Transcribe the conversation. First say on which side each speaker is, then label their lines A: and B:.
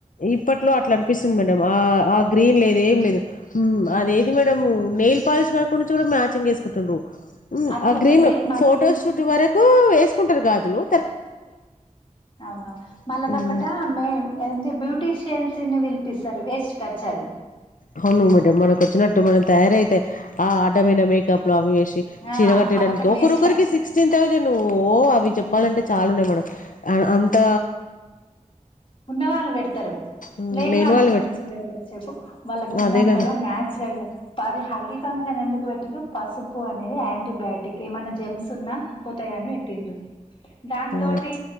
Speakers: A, on the left; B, on the left.
A: ఇప్పట్లో అట్లా అనిపిస్తుంది మేడం ఆ ఆ గ్రీన్ లేదు ఏం లేదు ది మ్యాడ నెయిల్ పాలిష్ కాకుడాం చూడు కూడా మ్యాచింగ్ ఎక్కుతారు
B: అది
A: ఆ
B: ఒకటి
A: గ్రీన్
B: మళ్ళీ
A: ఫోటో షూట్ వరకు వే తీసుకుంటారు గాదులో
B: అవునవు మళ్ళాదొ
A: ఇగ
B: ఒకట మ బ్యూటీషియన్స్ ని పిలిపిస్తారు వేస్ట్ ఖర్చాలి
A: అవును మేడమ్ మనకు వచ్చినట్టు మనం తయారయిత ఆ అడ్డమైన మేకప్ లో అవి చీ
B: ఆ
A: చెడగొట్టటానికి
B: అదొకటి
A: ఒకరోకరికి
B: వేస్ట్ ఖర్చు
A: సిక్స్టీన్ తౌసండ్ అ చెప్పాలంటే
B: ఉమ్
A: చా ఉన్నాయి మేడం అంత
B: ఉన్నవాళ్ళు పెడుతారు
A: మ్,
B: లేని వాళ్ళ
A: వాళ్ళు
B: ఎక్కడ
A: పెట్
B: నుంచి పెడతారు చెప్పు వాళ్ళకు ఉన్నంతలో
A: అదే కదా
B: నాచురల్ గా అది హెల్దీ ఫంక్షన్ ఎందుకు పెట్టిండ్రు పసుపు అనేది యాంటీబయాటిక్ ఏమన్నా జెమ్స్ ఉన్నా పోతాయని పెట్టిండ్రు దాంతోటి
A: ఆ